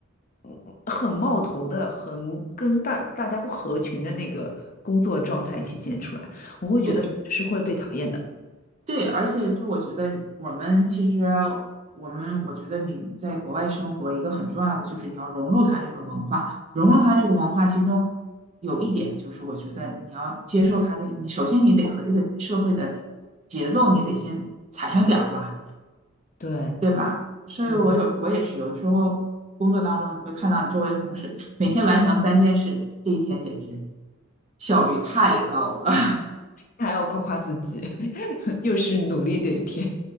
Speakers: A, on the left; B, on the right.
A: 嗯很冒头的、很跟大大家不合群的那个工作状态体现出来，我会觉得这是会被讨厌的。
B: 对，对，而且就我觉得我们其实我们我觉得你在国外生活一个很重要的就是你要融入它这个文化，融入它这个文化，其中有一点就是我觉得你要接受它这个，你首先你得和这个社会的节奏你得先踩上点儿吧，
A: 对，
B: 对吧？所以我有我也是有的时候工作当中你会看到你周围的同事每天完成三件事，
A: 对，
B: 这一天简直效率太高了。
A: 还要夸夸自己，<laughs> 又是努力的一天。